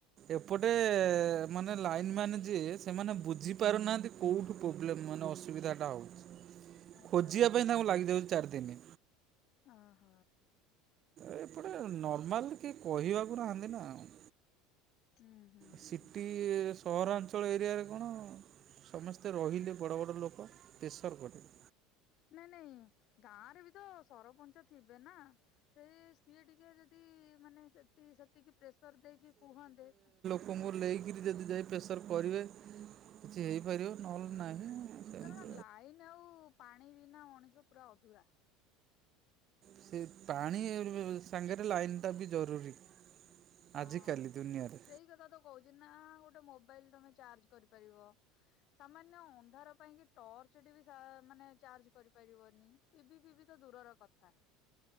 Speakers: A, on the right; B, on the left.
A: ଏପଟେ ମାନେ ଲାଇନ୍‌ ମ୍ୟାନ୍ ଯିଏ ସେମାନେ ବୁଝି ପାରୁନାହାନ୍ତି କେଉଁଠୁ ପ୍ରୋବ୍ଲେମ୍ ମାନେ ଅସୁବିଧାଟା ହୋଉଚି
B: ଆଚ୍ଛା
A: ଖୋଜିବା ପାଇଁ ତାଙ୍କୁ ଲାଗିଯାଉଛି ଚାରିଦିନି।
B: ଅହ।
A: ଏପଟେ ନର୍ମାଲ କିଏ କହିବାକୁ ନାହାନ୍ତି ନା ଆଉ।
B: ହୁଁ। ହୁଁ।
A: ସିଟି ସହରାଞ୍ଚଳ ଏରିଆରେ କଣ ସମସ୍ତେ ରହିଲେ ବଡ଼ ବଡ଼ ଲୋକ ପ୍ରେସର କଟେ।
B: ନାଇଁ ନାଇଁ ଗାଁ ରେ ବି ତ ସରପଞ୍ଚ ଥିବେ ନା? ସେ ସିଏ ଟିକେ ଯଦି ମାନେ ସେ ସେତିକି ପ୍ରେସର ଦେଇକି କୁହନ୍ତେ।
A: କୋ ମୋର ଲେଇକରି ଯଦି ଯାଇ ପ୍ରେସର୍ କରିବେ କିଛି ହେଇପାରିବ ନହେଲେ ନାହିଁ। ସେମିତି
B: କାରଣ ଲାଇନ୍‌ ଆଉ ପାଣି ବିନା ମଣିଷ ପୁରା ଅଧୁରା।
A: ସେ ପାଣି ସାଙ୍ଗରେ ଲାଇନ୍ ଟା ବି ଜରୁରୀ।
B: ହଁ
A: ଆଜିକାଲି ଦୁନିଆରେ
B: ସେଇ କଥା ତ କହୁଛି ନା ଗୋଟେ ମୋବାଇଲ୍ ତମେ ଚାର୍ଜ କରିପାରିବ। ସାମାନ୍ୟ ଅନ୍ଧାର ପାଇଁ କି ଟର୍ଚ୍ଚ ଟି ବି ମାନେ ଚାର୍ଜ କରିପାରିବନି। ଟିଭିି ଫିଭିି ତ ଦୂରର କଥା।